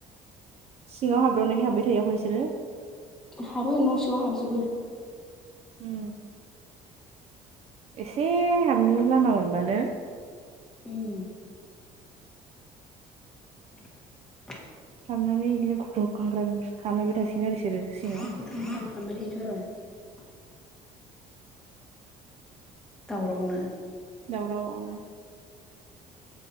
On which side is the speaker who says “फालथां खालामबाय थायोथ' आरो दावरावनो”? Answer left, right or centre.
Centre